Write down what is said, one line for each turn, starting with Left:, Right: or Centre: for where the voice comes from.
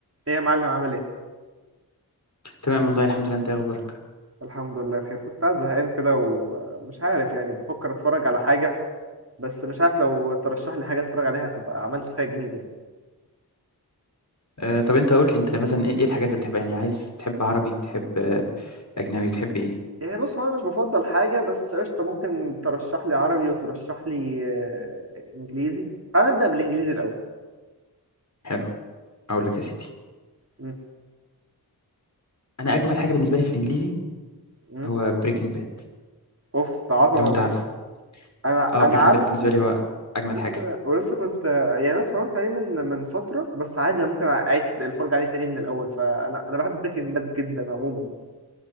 Right: ايه يا معلم عامل ايه
Left: تمام والله الحمد لله انت إيه اخبارك
Right: الحمد لله بخير كنت قاعد زهقان كده ومش عارف يعني بفكر اتفرج على حاجه بس مش عارف لو ترشح لي حاجه اتفرج عليها تبقى عملت فيها جميل يعني
Left: آه طب انت قول لي انت مثلا ايه ايه الحاجات اللي بتحبها يعني عايز تحب عربي بتحب آه، اجنبي بتحب ايه
Right: ايه بص هو انا مش بفضل حاجه بس قشطه ممكن ترشح لي عربي وترشح لي آه، انجليزي تعال نبدا بالانجليزي الاول
Left: حلو اقول لك يا سيدي
Right: م-
Left: انا اجمد حاجه بالنسبه لي في الانجليزي
Right: م.
Left: هو بريكنج باد
Right: اوف ده عظمه
Left: لو
Right: والله
Left: انت عارفه
Right: انا
Left: اه
Right: انا
Left: بريكنج
Right: عارفه
Left: باد بالنسبه لي هو اجمد
Right: لسه
Left: حاجه
Right: ولسه كنت يعني انا اتفرجت عليه من من فتره بس عادي انا ممكن اعيد الفرجه عليه تاني من الاول فانا انا بحب بريكنج باد جدا عموما يعني.